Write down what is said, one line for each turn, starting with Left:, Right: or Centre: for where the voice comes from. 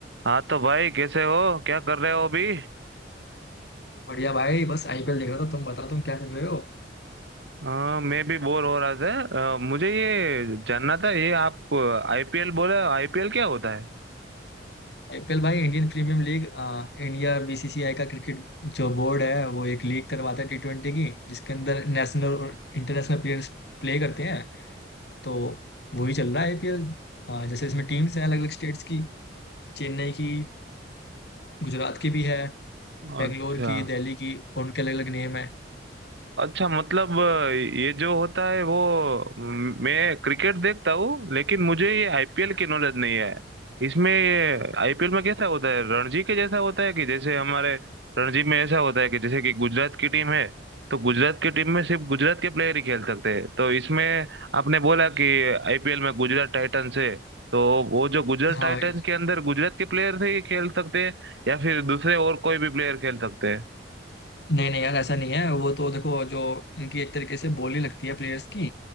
Right: हाँ तो भाई कैसे हो क्या कर रहे हो अभी
Left: बढ़िया भाई बस आईपीएल देख रहा था तुम बताओ तुम क्या चल रहे हो
Right: हाँ मैं भी बोर हो रहा था अ, मुझे ये जानना था ये आप आईपीएल बोले आईपीएल क्या होता है
Left: आईपीएल भाई इंडियन प्रीमियम लीग आ, इंडिया बीसीसीआई का क्रिकेट जो बोर्ड है वो एक लीग करवाता है टी ट्वेंटी की जिसके अंदर नेशनल और इंटरनेशनल प्लेयर्स प्ले करते हैं तो वही चल रहा है आईपीएल जैसे इसमें टीम्स हैं अलग अलग स्टेट्स की चेन्नई की गुजरात की भी है बेंगलोर
Right: अच्छा
Left: की दिल्ली की और उनके अलग अलग नेम है
Right: अच्छा मतलब अ, ये जो होता है वो म- मैं क्रिकेट देखता हूँ लेकिन मुझे ये आईपीएल की नॉलेज नहीं है इसमें ये आईपीएल में कैसा होता है रणजी के जैसा होता है कि जैसे हमारे रणजी में ऐसा होता है कि जैसे कि गुजरात की टीम है तो गुजरात की टीम में सिर्फ गुजरात के प्लेयर ही खेल सकते हैं तो इसमें आपने बोला कि आईपीएल में गुजरात टाइटंस है तो वो जो गुजरात
Left: हाँ
Right: टाइटंस
Left: भाई
Right: के अंदर गुजरात के प्लेयर से ही खेल सकते हैं या फिर दूसरे और कोई भी प्लेयर खेल सकते हैं
Left: नहीं नहीं यार ऐसा नहीं है वो तो देखो जो इनकी एक तरीके से बोली लगती है प्लेयर्स की